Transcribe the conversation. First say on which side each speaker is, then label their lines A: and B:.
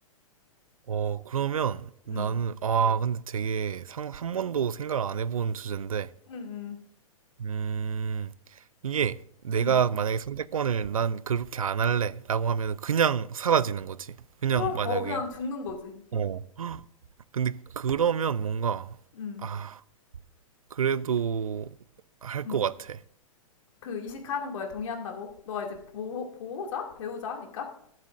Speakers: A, on the right; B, on the left.
A: 어, 그러면 나는
B: 응,
A: 아, 근데 되게 상, 한 번도 생각을 안 해본 주제인데
B: 응, 응,
A: 음, 이게 내가
B: 응.
A: 만약에 선택권을 난 그렇게 안 할래라고 하면 그냥 사라지는 거지. 그냥
B: 그럼
A: 만약에
B: 어 그냥 죽는 거지.
A: 어.
B: 응,
A: <gasps> 근데 그러면 뭔가
B: 응,
A: 아, 그래도 할
B: 응.
A: 것 같아.
B: 그 이식하는 거에 동의한다고? 너가 이제 보호 보호자 배우자니까?